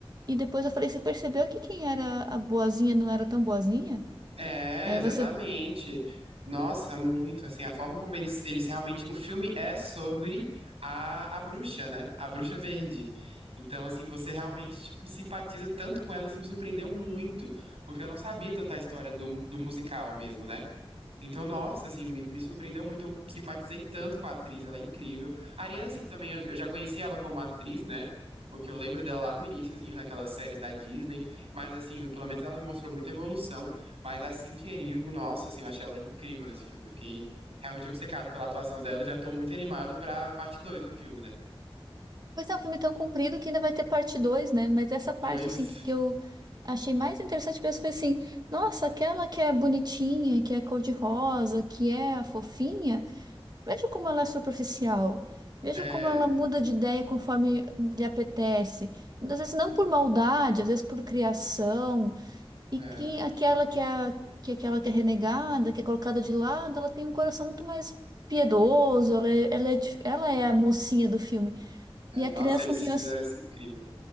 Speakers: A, on the right; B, on the right.
A: e depois eu falei, você percebeu que quem era a boazinha não era tão boazinha?
B: É,
A: Aí
B: exatamente.
A: você,
B: Nossa, muito, assim, a forma como eles, eles realmente... O filme é sobre a, a bruxa, né? A bruxa verde. Então, assim, você realmente, tipo, simpatiza tanto com ela, isso me surpreendeu muito, porque eu não sabia tanto a história do, do musical mesmo, né? Então, nossa, assim, me, me surpreendeu muito. Eu simpatizei tanto com a atriz, ela é incrível. A Ariana, assim, também, eu, eu já conheci ela como atriz, né? Porque eu lembro dela lá no iniciozinho, naquelas séries da Disney. Mas, assim, pelo menos ela mostrou muita evolução. Mas a Cynthia Erivo, nossa, assim, eu achei ela incrível nesse filme. Eu fiquei realmente obcecado pela atuação dela. e Já tô muito animado pra parte dois do filme, né?
A: pois é, um filme é tão comprido que ainda vai ter parte dois né? Mas essa parte,
B: Pois,
A: assim, que eu achei mais interessante mesmo foi assim, nossa, aquela que é bonitinha, que é cor-de-rosa, que é a fofinha, Veja como ela é superficial. Veja
B: é,
A: como ela muda de ideia conforme lhe apetece. Muitas vezes não por maldade, às vezes por criação. E
B: é,
A: que aquela que é, que é aquela que é renegada, que é colocada de lado, ela tem um coração muito mais piedoso. Ela é, ela é, dif- ela é a mocinha do filme.
B: é,
A: E a
B: nossa,
A: criança
B: eles
A: com quem
B: fizeram
A: eu, ass-
B: isso incrível.